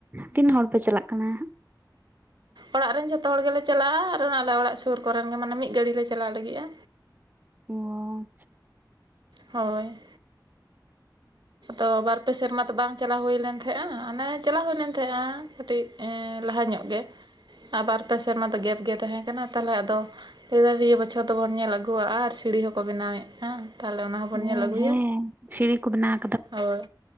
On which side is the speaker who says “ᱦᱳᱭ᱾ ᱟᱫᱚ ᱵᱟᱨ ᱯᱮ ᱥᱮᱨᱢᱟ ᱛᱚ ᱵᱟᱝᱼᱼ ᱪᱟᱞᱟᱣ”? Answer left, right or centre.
Right